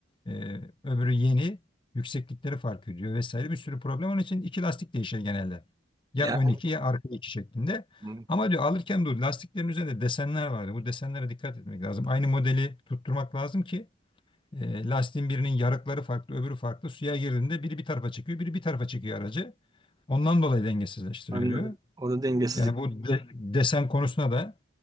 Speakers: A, on the left; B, on the right.
A: e, öbürü yeni. Yükseklikleri fark ediyor vesaire bir sürü problem. Onun için iki lastik değişir genelde. Ya
B: Yani
A: ön iki ya arka iki şeklinde.
B: hmm,
A: Ama diyor alırken dur lastiklerin üzerinde desenler vardı. Bu desenlere dikkat etmek lazım. Aynı modeli tutturmak lazım ki e, lastiğin birinin yarıkları farklı, öbürü farklı. Suya girdiğinde biri bir tarafa çıkıyor, biri bir tarafa çıkıyor aracı. Ondan dolayı dengesizleştiriyor
B: anladım.
A: diyor.
B: O da dengesizlik.
A: Yani bu de- desen konusuna da